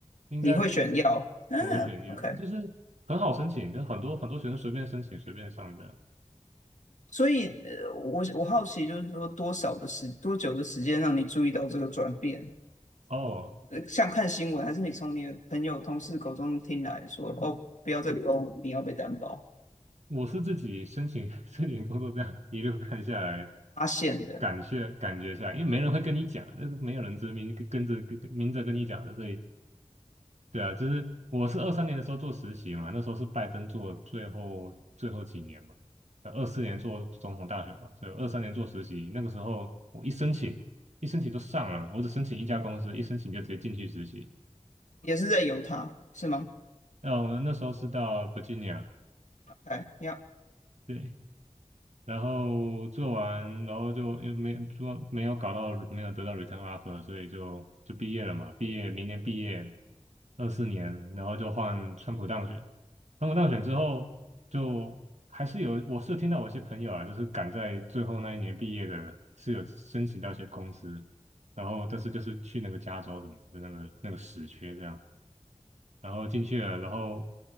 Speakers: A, on the right; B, on the left.
A: 应该是
B: 你会选要，嗯，OK。
A: 我会选一就是很好申请，就很多很多学生随便申请随便上的
B: 所以，呃，我我好奇，就是说多少的时多久的时间让你注意到这个转变？
A: 哦，
B: 呃，像看新闻，还是你从你的朋友、同事口中听来说，哦，不要再勾，你要被担保。
A: 我是自己申请 <laughs> 申请工作，这样一路看下来，
B: 发现的，
A: 感谢感觉下来，因为没人会跟你讲，那是没有人知明跟跟着跟跟明着跟你讲的，所以对啊，就是我是二三年的时候做实习嘛，那时候是拜登做最后最后几年嘛，呃二四年做总统大选嘛，所以二三年做实习，那个时候我一申请一申请就上了，我只申请一家公司，一申请就直接进去实习，
B: 也是在犹他，是吗
A: 然后那时候是到 Virginia，
B: ？OK，要
A: 对，然后做完，然后就又没说没有搞到，没有得到 return offer，所以就就毕业了嘛。毕业明年毕业，二四年，然后就换川普当选。川普当选之后，就还是有，我是有听到我一些朋友啊，就是赶在最后那一年毕业的，是有申请到一些公司，然后但是就是去那个加州的嘛，就那个那个死缺这样。然后进去了，然后